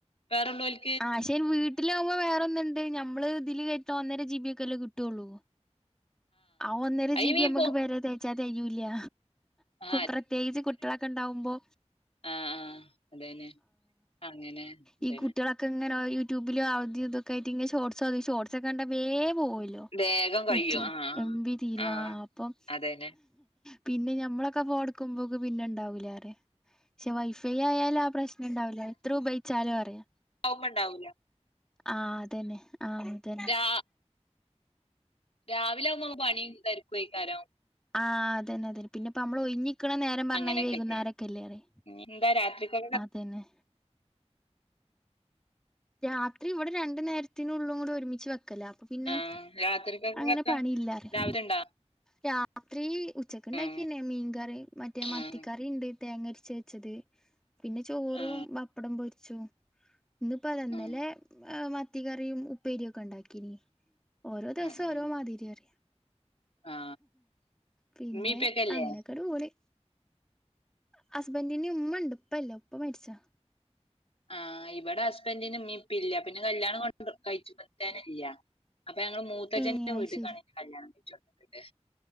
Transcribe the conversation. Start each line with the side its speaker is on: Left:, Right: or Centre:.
Left: വേറെള്ളോല്
Centre: ആ ശേ വീട്ടിലാകുമ്പോ വേറെ ന്നുണ്ട് ഞമ്മള് ഇതില് കയറ്റോ ഒന്നര ജി ബിയ ഒക്കെല്ലേ കിട്ടൊള്ളു. ആ ഒന്നര
Left: അയ്യ
Centre: ജിബി
Left: നീ
Centre: ഞമ്മുക്ക്
Left: പോ
Centre: പേരെ തയ്ച്ചാതെയ്യൂല്യ
Left: ആ
Centre: പ്രത്യേകിച്ച് കുട്ടളൊക്കെണ്ടാവുമ്പോ.
Left: ആഹ ആഹ അതന്നെ അങ്ങനെ. അതന്നെ
Centre: ഈ കുട്ടികളൊക്കെ ഇങ്ങനെ യൂട്യൂബിലോ അവധി ഇതൊക്കെയിട്ട് ഇ ഷർട്സ് തി ഷോർട്സ് ഒക്കെ കണ്ടാേ വേമ പോവല്ലോ.
Left: വേഗം കഴിയും
Centre: നെറ്റ്
Left: ആ ആ
Centre: എം ബി തീരുവാ
Left: ആ
Centre: അപ്പം.
Left: അതന്നെ
Centre: പിന്നെ ഞമ്മളൊക്കെ ഫോണിട്ടുക്കുമ്പോക്ക് പിന്നെ ഇണ്ടാവൂല പറയാ പക്ഷെ വൈഫൈ ആയാല പ്രശ്നം ഉണ്ടാവുല്ല എത്ര ഉപയോഗിച്ചാലും അറിയാ.
Left: തൗപ്പ് ഉണ്ടാവൂലാ.
Centre: ആഹ് അതന്നെ ആഹ് അതെ.
Left: രാ രാവിലെ ആവുമ്പോ ഞമ്മക്ക് പണിയും തെരക്കും ആയിക്കാരം.
Centre: ആഹ് അതന്നെ അതന്നെ പിന്നെ ഇപ്പം നമ്മള് ഒഴഞ്ഞിരിക്കണ നേരം പറഞ്ഞ
Left: അങ്ങനെയൊക്കെ
Centre: വൈകുന്നരൊക്കെല്ലേ
Left: ആയിട്ട്
Centre: പറയാ.
Left: എന്താ രാത്രിക്കേക്കേ?
Centre: പിന്നെ. രാത്രി ഇവിടെ രണ്ടു നേരത്തിനുള്ളതും കൂടി ഒരുമിച്ച് വെക്കലാ. പിന്നെ
Left: ആ രാത്രിക്കൊക്കെ
Centre: അങ്ങനെ
Left: എത്താ
Centre: പണിയില്ലാ പറയാ.
Left: രാവിലെ ഇണ്ടാ
Centre: രാത്രി ഉച്ചക്ക് ഉണ്ടാക്കിയതന്നെ
Left: ഉം
Centre: മീൻകറി മറ്റേ മത്തിക്കറിണ്ട്
Left: ഉം
Centre: തേങ്ങ അരച്ച് വെച്ചത്. പിന്നെ ചോറും
Left: ആ
Centre: പപ്പടം പൊരിച്ചതും. ഇപ്പതാ ഇന്നലെ
Left: ഉം
Centre: മത്തി കറിയും, ഉപ്പേരി ഒക്കെ ഉണ്ടാക്കീനി. ഓരോ ദിവസം
Left: ഉം ഉം
Centre: ഓരോ മാതിരി പറയാ
Left: ആ
Centre: പിന്നെ
Left: ഉമ്മീം ഇപ്പൊക്കെല്ലേ
Centre: അങ്ങനൊക്കെ. ഒരു ഊര്. ഹസ്ബന്റിന് ഉമ്മയുണ്ട് ഉപ്പ ഇല്ല ഉപ്പ മരിച്ചതാ.
Left: ആഹ് ഇവിടെ ഹസ്ബന്റിന് ഇമ്മേ ഇപ്പേ ഇല്ല പിന്നെ കല്യാണം കൊ കഴിച്ചുമറ്റാനില്ല അപ്പൊ ഞങ്ങള് മൂത്തഛന്റെ
Centre: ഏ അത്
Left: വീട്ട്ക്കാണ്.
Centre: ശരി
Left: കല്യാണം കഴിച്ചു കൊടുക്കണുണ്ട്.